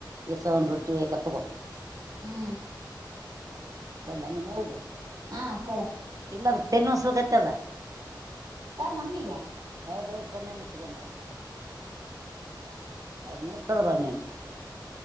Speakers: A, on the right; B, on the right.
A: ಈ ಸೌನ್ ರೊಟ್ಟಿ ವಯಕ ತಗ
B: ಹ್ಮ್
A: ಕೊಡ್ಲೇ ನಿಮ್ಮ ಅವ್ವಗ
B: ಹಾ ಕೊಡ
A: ಇಲ್ಲದ ತಲೆನುಸಕತಾದ
B: ಯಾರ ಮಮ್ಮಿಗೆ
A: ಅದು ಒ ಕಣ ಮುಚ್ಚಕೊಂಡ ಹ ಮುಸ್ತಕ ಒಮ್ಮೊಮ್ಮೆ